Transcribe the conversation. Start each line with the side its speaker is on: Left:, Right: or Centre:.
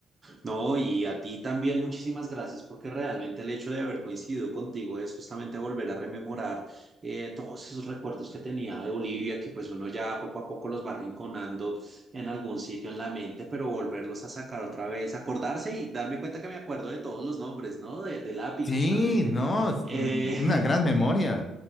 Right: No, y a ti también muchísimas gracias porque realmente el hecho de haber coincidido contigo es justamente volver a rememorar eh, todos esos recuerdos que tenía de Bolivia, que pues uno ya poco a poco los va rinconando en algún sitio en la mente, pero volverlos a sacar otra vez, acordarse y darme cuenta que me acuerdo de todos los nombres, ¿no? De, del API
Left: Sí,
Right: justamente.
Left: no, es
Right: Eh,
Left: mm, una gran memoria.